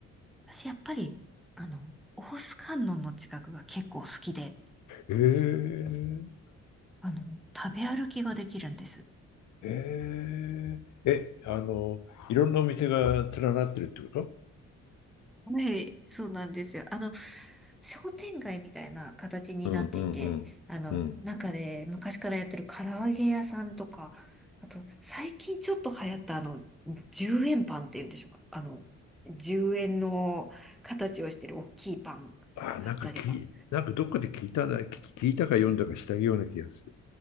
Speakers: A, in the centre; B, on the left (about 75°).
A: 私やっぱり、あの、大須観音の近くが結構好きで、
B: へえ。
A: あの、食べ歩きができるんです。
B: えー、え、あの、いろんなお店が連なってるってこと
A: はい、そうなんですよ。あの、商店街みたいな形になっていて、
B: うんうんうんうん。
A: あの、中で昔からやってる唐揚げ屋さんとか、あと、最近ちょっと流行ったあの、10円パンっていうんでしょうか。あの、10円の形をしてる大きいパンだったりが。
B: あー、なんかき、なんかどっかで聞いたな、き聞いたか読んだかしたような気がする。